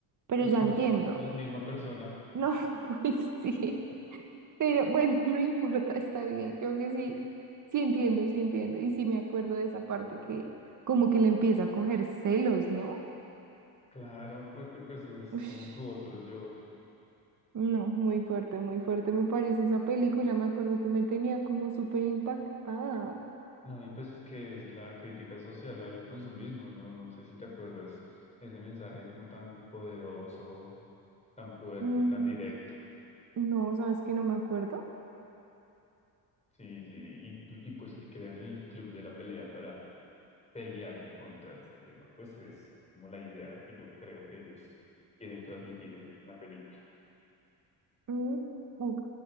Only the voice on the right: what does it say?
Pero
ya
entiendo.
No, <laughs> pues sí. Pero bueno, <laughs> no importa, está bien. Creo que sí, sí entiendo, sí entiendo. Y sí me acuerdo de esa parte que como que le empieza a coger celos, ¿no?
Ush,
no, muy fuerte, muy fuerte me parece esa película. Me acuerdo que me tenía como súper impactada.
Mm.
No, sabes que no me acuerdo.
Mm, ok,